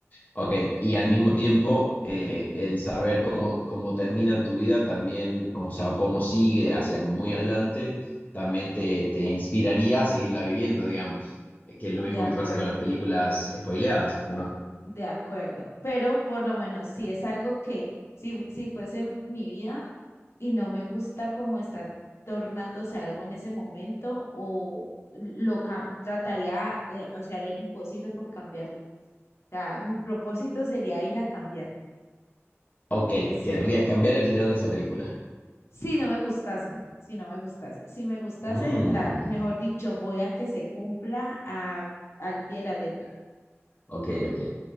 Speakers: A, on the left (about 30°); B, on the left (about 60°).
A: Ok. Y al mismo tiempo, eh, el saber cómo, cómo termina tu vida también, o sea, cómo sigue hacia muy adelante, también te, te inspiraría a seguirla viviendo, digamos. Que es lo
B: De
A: mismo
B: acuerdo,
A: que te pasa con las películas spoileadas. Uno
B: de acuerdo. Pero por lo menos si es algo que, si, si fuese mi vida y no me gusta cómo está tornándose algo en ese momento, o lo ca- trataría, eh, o sea, haría lo imposible por cambiarlo. O sea, mi propósito sería ir a cambiarlo.
A: Ok,
B: Eso.
A: querrías cambiar el final de esa película.
B: Si no me gustase, si no me gustase, si me gustase,
A: Mm,
B: la, mejor dicho, voy a que se cumpla a, al pie de la letra.
A: ok, ok.